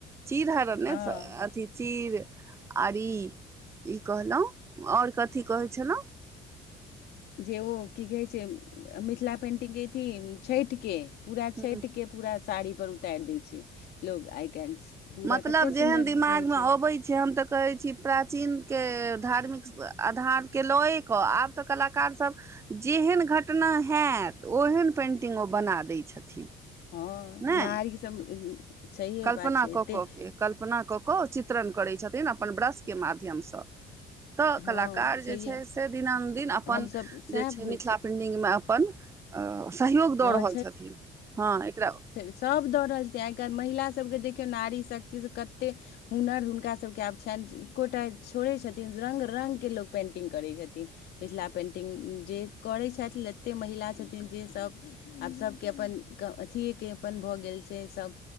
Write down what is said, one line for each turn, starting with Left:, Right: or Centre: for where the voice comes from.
Right: चीर हर नै
Left: हँ
Right: अथी चीर आर ई कहलौं आओर कथी कहै छलौं
Left: जे ओ की कहैत छै मिथिला पेन्टिंगके अथी छठिके पूरा
Right: ह
Left: छठिके पूरा साड़ीपर उतारि दै छै लोग आइ काल्हि पूरा
Right: मतलब
Left: कतेक
Right: जेहन
Left: सुन्दर
Right: दिमाग
Left: रहै
Right: मे
Left: छै
Right: अबै छै हम तऽ कहै छी प्राचीनके धार्मिक आधारके लऽए कऽ आब तऽ कलाकार सब जेहन घटना हएत ओहन पेन्टिंग ओ बना दै छथिन
Left: हँ
Right: नहि
Left: नायीक सभ सहिए
Right: कल्पना
Left: बात छै। एतेक
Right: कऽ कऽ के कल्पना कऽ कऽ चित्रण करै छथिन। अप्पन ब्रशके माध्यम सँ तऽ
Left: हँ
Right: कलाकार
Left: छैहे
Right: जे छै। श दिना दिन अप्पन
Left: हमसब सएह
Right: जे छै।
Left: होइ
Right: मिथिला पेन्ट में अप्पन सहयोग दऽ
Left: हँ
Right: रहल छथिन। हँ एकरा
Left: सभ दऽ रहल छै। आइकाल्हि महिला सभ के देखियौ नारी शक्ति सँ कतेक हुनर हुनका सभ के आब छनि एक्कोटा छोड़ैत छथिन रंग रंग के लोक पेन्टिंग करैत छथिन। मिथिला पेन्टिंग जे करैत छथि। जतेक महिला छथिन। जे सभ आब सभ के अप्पन अथिए के अप्पन भऽ गेल छै। सभ